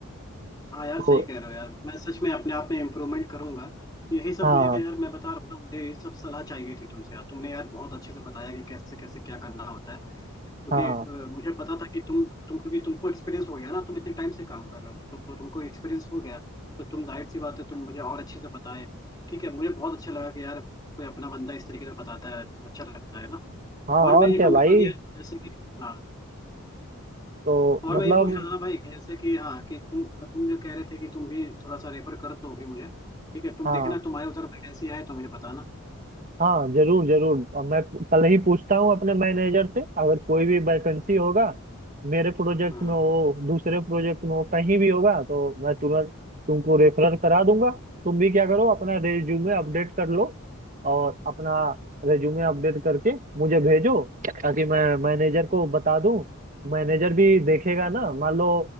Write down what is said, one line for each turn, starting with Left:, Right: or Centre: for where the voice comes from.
Left: हाँ यार
Right: तो
Left: सही कह रहे हो यार मैं सच में अपने आप में इम्प्रूवमेंट करूंगा यही सब
Right: हाँ
Left: मुझे यार मैं बता रहा हूँ ना मुझे ये सब सलाह चाहिए थी तुमसे यार तुमने यार बहुत अच्छे से बताया कि कैसे कैसे क्या करना होता है क्योंकि
Right: हाँ
Left: अ, मुझे पता था कि तुम तुम क्योंकि तुमको एक्सपीरियंस हो गया ना तुम इतने टाइम से काम कर रहे हो तो, तो तुमको एक्सपीरियंस हो गया तो तुम जाहिर सी बात है तुम मुझे और अच्छे से बताए ठीक है मुझे बहुत अच्छा लगा कि यार कोई अपना बंदा इस तरीके से बताता है तो अच्छा लगता है ना
Right: हाँ
Left: और
Right: और
Left: मैं ये
Right: क्या
Left: कहूंगा
Right: भाई
Left: कि यार जैसे कि हाँ
Right: तो
Left: और
Right: मतलब
Left: मैं ये पूछ रहा था ना भाई कि जैसे कि हाँ कि तुम तुम जो कह रहे थे कि तुम भी थोड़ा सा रेफर कर दोगे मुझे ठीक है तुम
Right: हाँ
Left: देखना तुम्हारे उधर वैकेंसी आए तो मुझे बताना
Right: हाँ जरूर जरूर अब मैं कल ही पूछता हूँ अपने मैनेजर से अगर कोई भी वैकेंसी होगा मेरे प्रोजेक्ट
Left: हाँ
Right: में हो दूसरे प्रोजेक्ट में हो कहीं भी होगा तो मैं तुरंत तुमको रेफरल करा दूंगा तुम भी क्या करो अपना रेज्यूमे अपडेट कर लो और अपना
Left: हाँ
Right: रेज्यूमे अपडेट करके मुझे भेजो ताकि मैं मैनेजर को बता दूं मैनेजर भी देखेगा ना मान लो